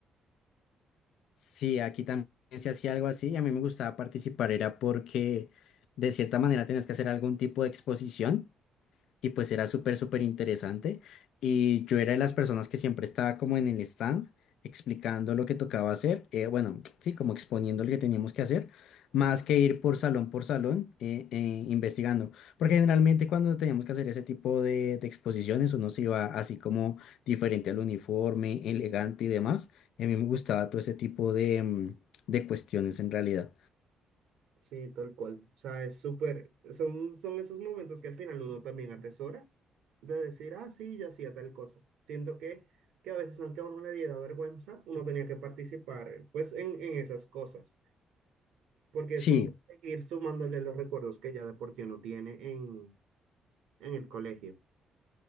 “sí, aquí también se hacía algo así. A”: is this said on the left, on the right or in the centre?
Left